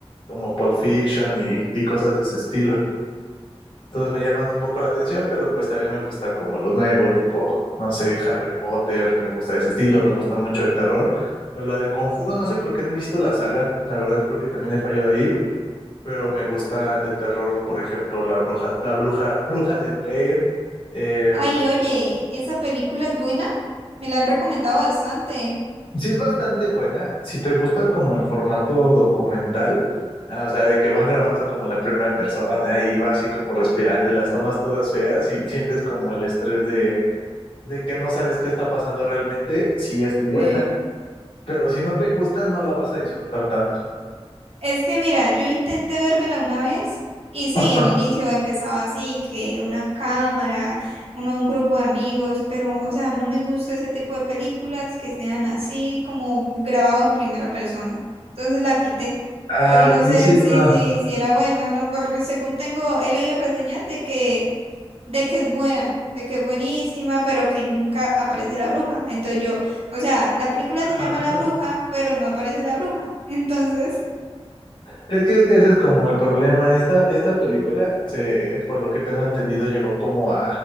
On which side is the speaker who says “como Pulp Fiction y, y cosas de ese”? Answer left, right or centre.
Left